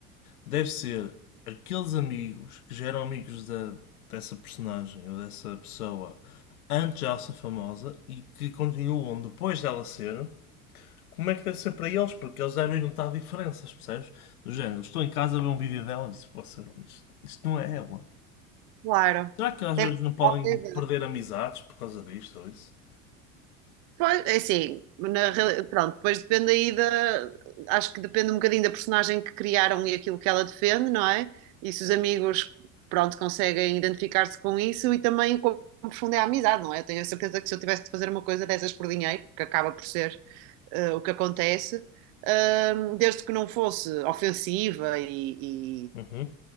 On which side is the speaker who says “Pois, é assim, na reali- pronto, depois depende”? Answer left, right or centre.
Right